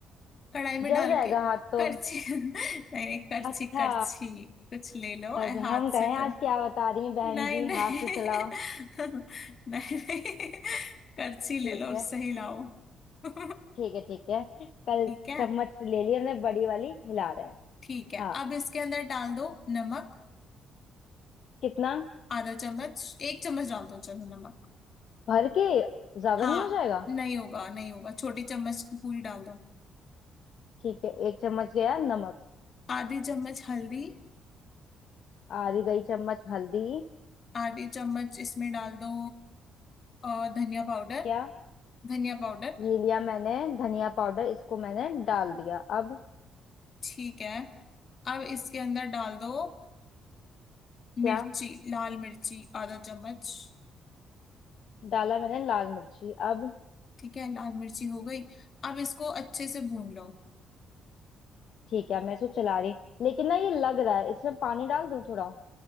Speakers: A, on the left; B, on the left.
A: कढ़ाई में
B: जल
A: डाल
B: जाएगा
A: के
B: हाथ तो
A: करछी <laughs> नहीं नहीं करछी
B: अच्छा
A: करछी कुछ ले लो
B: तब
A: अ,
B: से
A: हाथ
B: हम कहें
A: से
B: आज
A: तो
B: क्या बता रही हैं बहन
A: नहीं
B: जी
A: नहीं
B: हाथ से चलाओ
A: <laughs> नहीं, नहीं करछी ले
B: ठीक
A: लो उससे
B: है
A: हिलाओ <laughs>
B: ठीक है ठीक है कल
A: ठीक है
B: चम्मच से ले ली हमने बड़ी वाली हिला रहे हैं
A: ठीक है
B: हाँ
A: अब इसके अंदर डाल दो नमक
B: कितना
A: आधा चम्मच एक चम्मच डाल दो चलो नमक
B: भर के ज्यादा
A: हाँ
B: नहीं हो जाएगा
A: नहीं होगा नहीं होगा छोटी चम्मच पूरी डाल दो
B: ठीक है एक चम्मच गया नमक
A: आधी चम्मच हल्दी
B: आधी गई चम्मच हल्दी
A: आधी चम्मच इसमें डाल दो अ, धनिया पाउडर
B: क्या
A: धनिया पाउडर
B: ये लिया मैंने धनिया पाउडर इसको मैंने डाल दिया अब
A: ठीक है अब इसके अंदर डाल दो
B: क्या
A: मिर्ची लाल मिर्ची आधा चम्मच
B: डाला मैंने लाल मिर्ची अब
A: ठीक है लाल मिर्ची हो गई अब इसको अच्छे से भून लो
B: ठीक है मैं इसको चला रही लेकिन ना ये लग रहा है इसमें पानी डाल दूं थोड़ा